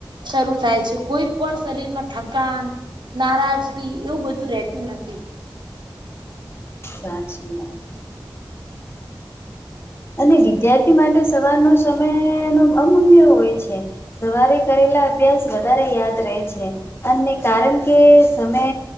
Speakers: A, on the right (about 70°); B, on the left (about 30°).
A: શરૂ થાય છે કોઈ પણ શરીરમાં થકાન નારાજગી એવું બધું રહેતું નથી.
B: સાચી વાત અને વિદ્યાર્થી માટે સવારનો સમય નો અમૂલ્ય હોય છે. સવારે કરેલા અભ્યાસ વધારે યાદ રહે છે. અને કારણ કે સમય